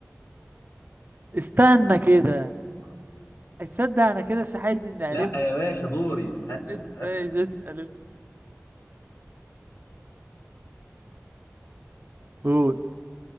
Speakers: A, on the right (about 45°); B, on the left (about 65°).
A: استنى
B: أه، ما اعرفش
A: كده
B: ما اعرفش بقى.
A: اتصدق انا كده شحيت اني عرفت
B: لا يا باشا دوري هسال
A: اس-
B: هسال
A: ايش اسال اس- قول